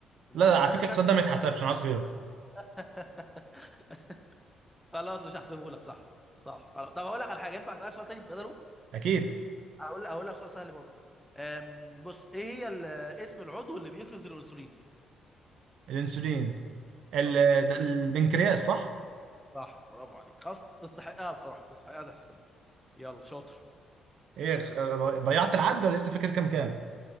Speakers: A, in the centre; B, on the right.
A: هم
B: لا
A: يبقى
B: لا، على
A: انا
B: فكره
A: شكلي
B: السؤال ده ما
A: كده
B: يتحسبش
A: اصلا
B: انا عاوز غيره
A: <laughs> خلاص مش هحسبه لك صح صح خلاص طب هقول لك على حاجه ينفع اسالك سؤال تاني بدله
B: اكيد
A: هقول هقول لك سؤال سهل برضه أم، بص ايه هي ال- اسم العضو اللي بيفرز الانسولين
B: الانسولين ال...
A: اه انت
B: ده البنكرياس
A: يبقى-
B: صح
A: صح برافو عليك خلاص تستحقها بصراحه تستحقها تحسب يلا شاطر
B: ايه خ- ضيعت العد ولا لسه فاكر كام كام